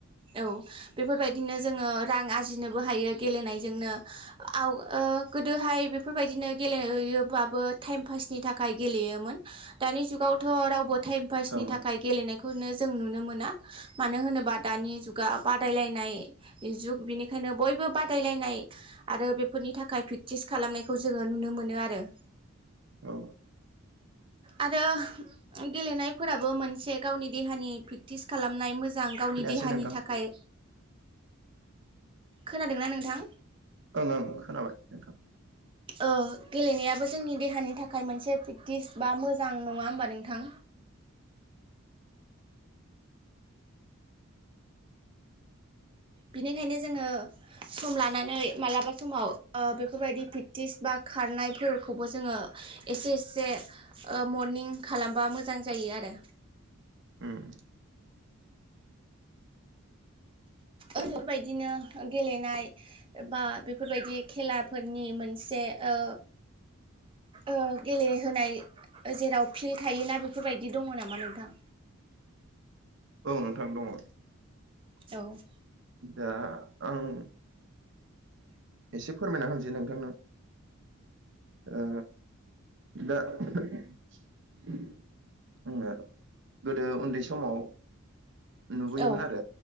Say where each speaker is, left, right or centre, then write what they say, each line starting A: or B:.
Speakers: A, on the right; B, on the right.
A: औ बेफोरबायदिनो जोङो रां आरजिनोबो हायो गेलेनायजोंनो। आव ओ गोदोहाय बेफोरबायदिनो गेलेयोब्लाबो टाइम पासनि थाखाय गेलेयोमोन। दानि जुगावथ' रावबो टाइम पासनि
B: ओं
A: थाखाय गेलेनायखौनो जों नुनो मोना मानो होनोबा दानि जुगा बादायलायनायनि जुग बेनिखायनो बयबो बादायलायनाय आरो बेफोरनि थाखाय प्रेक्टिस खालामनायखौ जोङो नुनो मोनो आरो।
B: औ।
A: आरो गेलेनायफोराबो मोनसे गावनि देहानि प्रेक्टिस खालामनाय मोजां गाव
B: खोनायासै
A: नि देहानि
B: नोंथां
A: थाखाय खोनादोंना नोंथां?
B: ओं ओं खोनाबाय नोंथां।
A: ओ गेलेनायाबो जोंनि देहानि थाखाय मोनसे प्रेक्टिस बा मोजां नङा होमबा नोंथां? बिनिखायनो जोङो सम लानानै मालाबा समाव ओ बेफोरबायदि प्रेक्टिस बा खारनायफोरखौबो जोङो इसे इसे ओ मरनिं खालामबा मोजां जायो आरो।
B: उम।
A: बेफोरबायदिनो गेलेनाय एबा बेफोरबायदि खेलाफोरनि मोनसे ओ ओ गेलेहोनाय जेराव फिल्ड थायोना बेफोरबायदि दङ नामा नोंथां?
B: औ नोंथां दङ।
A: औ।
B: दा आं एसे फोरमायना होनोसै नोंथांनो। ओ दा जोङो गोदो उन्दै समाव नुबोयोमोन
A: औ
B: आरो